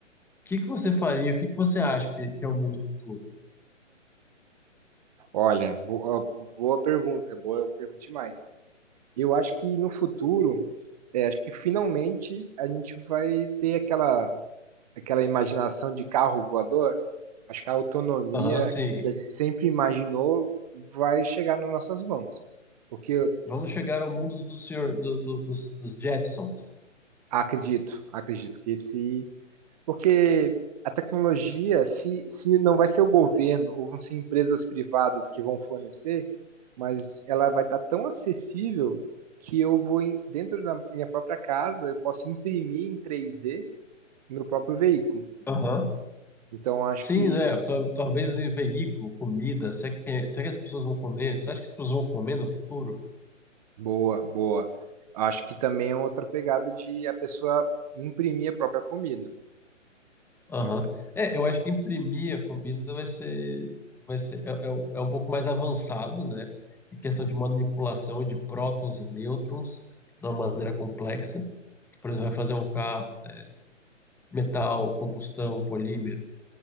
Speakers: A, in the centre; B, on the right (about 30°).
A: que que você faria? O que que você acha que, que é o mundo futuro?
B: Olha, boa, boa pergunta, boa pergunta demais. Eu acho que no futuro, é, acho que finalmente a gente vai ter aquela, aquela imaginação de carro voador. Acho que a autonomia
A: Aham, sim.
B: que a gente sempre imaginou vai chegar nas nossas mãos. Porque eu
A: Vamos chegar ao mundo do senhor, do- do- dos, dos Jetsons.
B: acredito, acredito que esse Porque a tecnologia, se, se não vai ser o governo ou vão ser empresas privadas que vão fornecer, mas ela vai estar tão acessível que eu vou, em- dentro da minha própria casa, eu posso imprimir em 3D meu próprio veículo.
A: Aham.
B: Então, acho
A: Sim,
B: que.
A: né? Tal- Talvez em veículo, comida. Será que, será que as pessoas vão comer? Você acha que as pessoas vão comer no futuro?
B: Boa, boa. Acho que também é outra pegada de a pessoa imprimir a própria comida.
A: Aham.
B: Então.
A: É, eu acho que imprimir a comida vai ser, vai ser é, é um é um pouco mais avançado, né? Em questão de manipulação de prótons e nêutrons de uma maneira complexa. Por exemplo, vai fazer um carro, né? Metal, combustão, polímero.